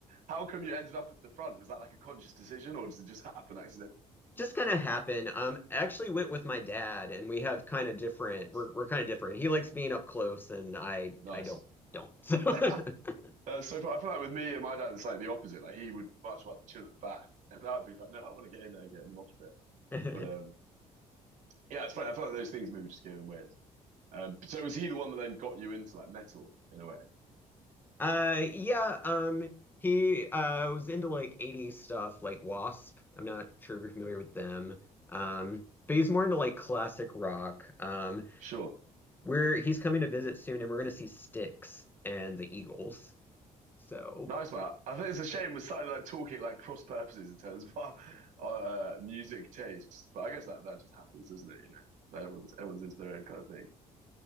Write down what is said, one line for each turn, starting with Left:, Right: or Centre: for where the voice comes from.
Right: how come you ended up at the front? Was that like a conscious decision, or does it just happen accidentally?
Left: Just kind of happened. Um, I actually went with my dad and we have kind of different
Right: Nice,
Left: we're we're kind of different. He likes being up close and I
Right: nice.
Left: I don't don't. <laughs>
Right: <laughs> Uh, so far, I feel like with me and my dad, it's like the opposite. Like he would much rather chill at the back, and I'd be like, no, I want to get in there, get in the mosh pit.
Left: So <laughs>
Right: But um, Yeah, it's funny. I felt like those things maybe just gave him weird. Um, so was he the one that then got you into like metal in a way?
Left: Uh, yeah, um, he uh was into like 80s stuff, like Wasp. I'm not sure if you're familiar with them. Um, but he's more into like classic rock. Um,
Right: Sure.
Left: we're he's coming to visit soon, and we're gonna see Styx and the Eagles. So
Right: Nice man. I think it's a shame we're starting like talking like cross purposes in terms of our, our uh, music tastes, but I guess that that just happens, doesn't it? You know, everyone's everyone's into their own kind of thing.